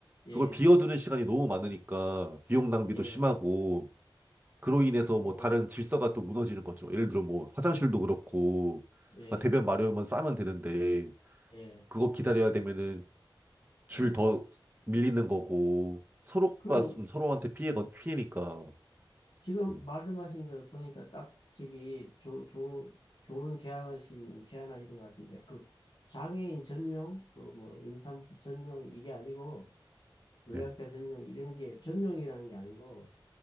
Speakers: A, on the left (about 65°); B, on the right (about 20°).
A: 예.
B: 그걸 비워두는 시간이 너무 많으니까 비용 낭비도
A: 예.
B: 심하고 그로 인해서 뭐
A: 어.
B: 다른 질서가 또 무너지는 거죠. 예를 들어 뭐 화장실도 그렇고
A: 예.
B: 그러니까 대변 마려우면 싸면 되는데
A: 예.
B: 그거 기다려야 되면은 줄 더 밀리는 거고 서로가
A: 그
B: 좀 서로한테 피해가 피해니까
A: 지금
B: 음,
A: 말씀하신 걸 보니까 딱 저기 조, 조, 좋은 제안하신, 제안하신 것 같은데, 그 장애인 전용, 그 뭐 임산부 전용 이게 아니고, 노약자
B: 예.
A: 전용 이런 게 전용이라는 게 아니고,